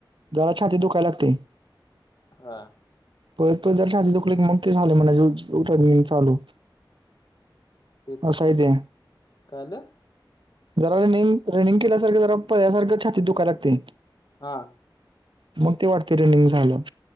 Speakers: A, on the right; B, on the left.
A: जरा छातीत दुकाय लागतय
B: हा
A: परत तुझ्या छातीत दुखल की म झाल ते म्हणयाच उठाठेवी चालू
B: तेच
A: असय ते
B: काय आलं
A: जरा रनिंग रनिंग केल्यासारखं जरा पळ्यालसारखं छाती दुखायला लागतय.
B: हा
A: मग ते वाटते रनिंग झालं.